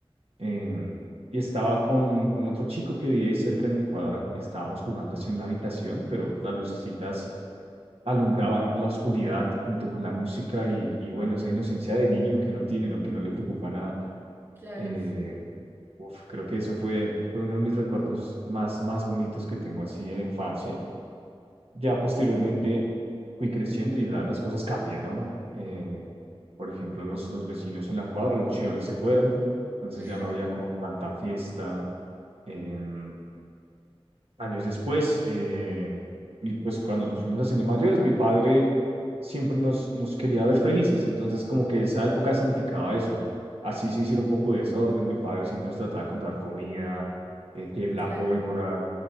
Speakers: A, on the right; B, on the right.
A: Em, y estaba con, con otro chico que vivía ahí cerca en mi cuadra y estábamos jugando así en una habitación, pero las lucecitas alumbraban la oscuridad junto con la música y, y bueno, esa inocencia de niño que uno tiene, ¿no? Que no le preocupa nada.
B: Claro.
A: Eh, uf, creo que eso fue, fue uno de mis recuerdos más, más bonitos que tengo así de la infancia. Ya posteriormente fui creciendo y la- las cosas cambian, ¿no? Eh, por ejemplo, los, los vecinos en la cuadra, los chéveres se fueron, entonces
B: <laughs>
A: ya no había como tanta fiesta. em, años después, eh, y pues cuando nos fuimos haciendo mayores, mi padre siempre nos, nos quería ver felices, entonces como que esa época significaba eso. Así se hiciera un poco de desorden, mi padre siempre nos trataba de comprar comida, eh, que la
B: Claro.
A: pólvora,